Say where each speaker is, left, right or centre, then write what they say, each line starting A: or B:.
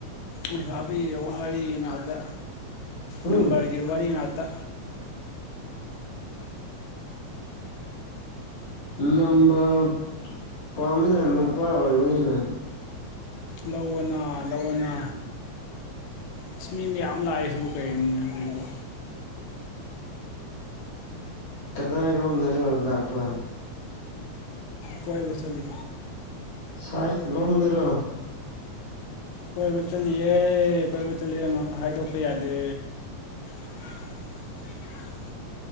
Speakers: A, on the left (about 80°); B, on the left (about 60°).
A: ꯑꯩ ꯍꯥꯕꯤ ꯋꯥꯔꯤꯅꯥꯛꯇ
B: ꯎꯝ
A: ꯅꯝꯕꯔꯒꯤ ꯋꯥꯔꯤ ꯉꯥꯛꯇ
B: ꯂꯪꯝꯕꯔ ꯄꯃꯤꯅ ꯅꯨꯄꯥ ꯑꯣꯏ ꯎꯅꯤꯅ
A: ꯂꯧꯅ ꯂꯧꯅ ꯏꯁꯃꯤ ꯌꯥꯝ ꯂꯥꯛꯑꯦꯁꯨ ꯀꯔꯤꯅꯤꯅꯤ ꯍꯧꯖꯤꯔꯤꯕ
B: ꯀꯗꯥꯥꯏꯔꯣꯝꯗꯔ ꯂꯄꯥ
A: ꯀꯣꯏ ꯁꯂꯤ
B: ꯁꯥꯏ ꯂꯝ ꯗꯔꯥ
A: ꯀꯣꯏꯕ ꯆꯠꯂꯤꯑꯦ ꯀꯣꯏꯕ ꯆꯠꯂꯤꯦ ꯍꯥꯏꯗꯣꯛꯄ ꯌꯥꯗꯦ <unintelligible>